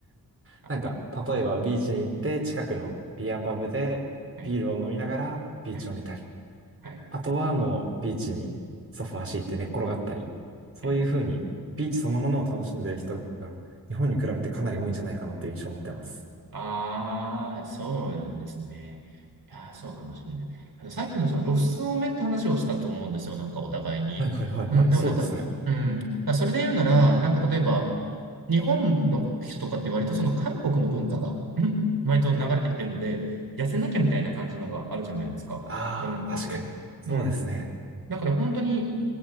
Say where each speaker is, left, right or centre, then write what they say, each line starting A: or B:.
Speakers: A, on the right; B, on the right.
A: あ
B: なんか、例えばビーチに行って、近くのビアパブでビールを飲みながらビーチを見たり、
A: はい。はい。はい。
B: あとはもうビーチにソファー敷いて寝っ転がったり、そういうふうにビーチそのものを楽しんでる人が日本に比べてかなり多いんじゃないかなっていう印象を持ってます。
A: はいああ、そうなんですね。いやー、そうかもしれない。あの、さっきのその露出多めって話をしたと思うんですよ。なんかお互いに。
B: はいはいはいはい。
A: うん、でもなんか、
B: そうですね。
A: うん。だからそれで言うなら、なんか例えば、日本の人とかって割とその韓国の文化が、うん割と流れてきてるので、痩せなきゃみたいな感じのがあるじゃないですか。
B: ああ、
A: 女の子って。
B: 確かに。そうですね。
A: うん。だから本当に